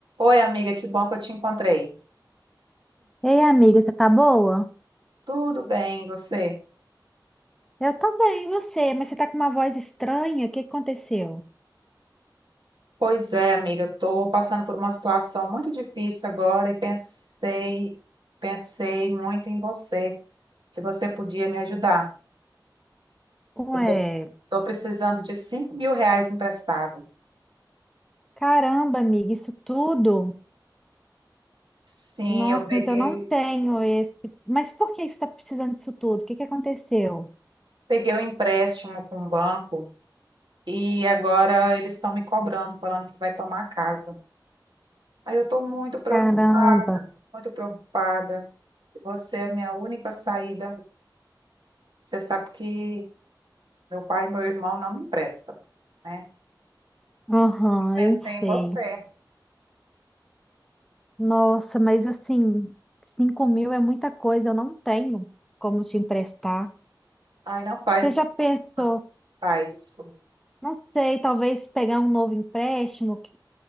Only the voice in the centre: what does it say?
Ei, amiga, você tá boa?
Eu tô bem, e você? Mas você tá com uma voz estranha? O que que aconteceu?
Ué,
caramba, amiga, isso tudo?
Nossa,
mas eu não tenho esse. Mas por que você tá precisando disso tudo? O que que aconteceu?
Caramba,
aham,
eu
sei.
Nossa, mas assim, cinco mil é muita coisa, eu não tenho como te emprestar.
Você
já pensou?
Não sei, talvez pegar um novo empréstimo? que-